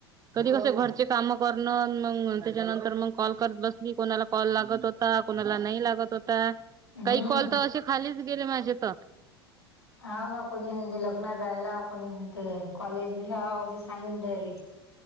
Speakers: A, on the right; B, on the left.
A: कधी कस घरचे काम करण मग त्याच्यानंतर मग कॉल करत बसली कोणाला कॉल लागत. होता कोणाला नाही लागत होता
B: हम्म.
A: काही कॉल तर असे खालीच गेले माझे तर
B: हा ना कोणी म्हणते लग्न जायला कोणी म्हणते कॉलेज आनून दयायले.